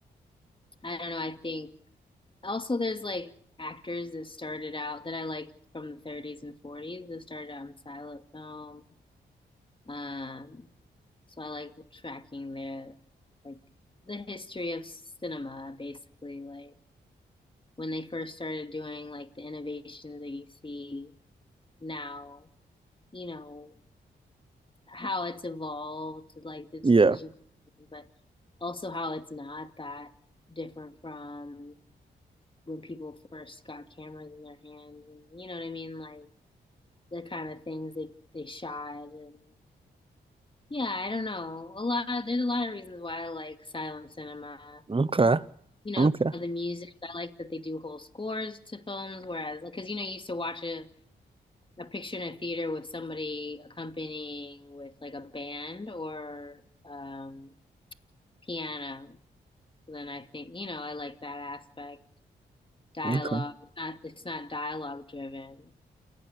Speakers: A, on the left; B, on the right.
A: I don't know, I think also there's like actors that started out that I like from the 30s and 40s that started out in silent film. Um so I like tracking their like the history of cinema basically like when they first started doing like the innovations that you see now, you know, how it's evolved, like the decision,
B: yeah.
A: but also how it's not that different from when people first got cameras in their hands and you know what I mean? Like the kind of things they they shot and yeah, I don't know. A lot of, there's a lot of reasons why I like silent cinema.
B: Okay,
A: You know,
B: okay,
A: the music, I like that they do whole scores to films, whereas because you know, you used to watch a a picture in a theater with somebody accompanying with like a band or um piano, then I think, you know, I like that aspect. Dialogue,
B: okay,
A: it's not it's not dialogue driven.